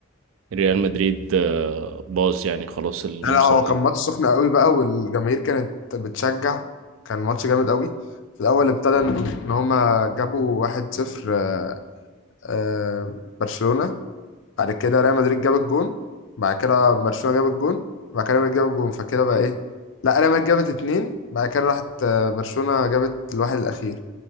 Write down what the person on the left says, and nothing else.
لا لا، هو كان
ماتش سخن قوي بقى والجماهير كانت بتشجع كان ماتش جامد قوي في الاول ابتدى ان إن هما جابوا 1-0 آه، آه، برشلونه بعد كده ريال مدريد جاب الجون بعد كده برشلونه جاب الجون بعد كده ريال مدريد جاب الجون فكده بقى ايه لا ريال مدريد جابت اتنين بعد كده راحت آه، برشلونه جابت الواحد الاخير